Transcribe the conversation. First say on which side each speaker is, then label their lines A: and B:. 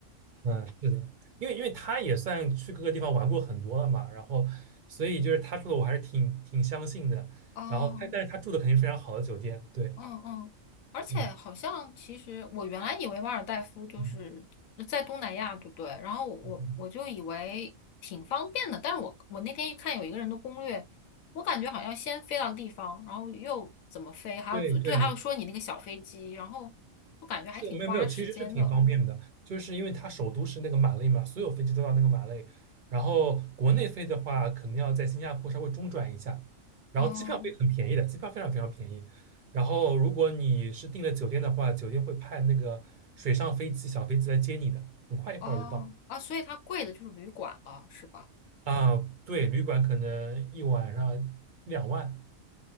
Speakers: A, on the right (about 50°); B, on the left (about 80°).
A: 嗯，是的，因为因为他也算去各个地方玩过很多了嘛，然后所以就是他住的我还是挺挺相信的。
B: 哦、
A: 然后他但是他住的肯定是非常好的酒店，对，
B: 嗯嗯，而且好像其实我原来以为马尔代夫就是在东南亚，
A: 嗯嗯，
B: 对不对？然后我我就以为挺方便的，
A: 嗯
B: 但是我我那天一看有一个人的攻略，我感觉好像先飞到地方，然后又怎么飞，还有对，
A: 对对
B: 还有说你那个小飞机，然后我感觉还挺花时间的。
A: 是没有没有，其实是挺方便的，就是因为它首都是那个马累嘛，所有飞机都到那个马累。然后国内飞的话，可能要在新加坡稍微中转一下，然后机票会很便宜的，
B: 哦
A: 机票非常非常便宜。然后如果你是订了酒店的话，酒店会派那个水上飞机、小飞机来接你的，很快一会儿就到。
B: 哦啊，所以它贵的就是旅馆了，是吧？
A: 啊，对，旅馆可能一晚上一两万，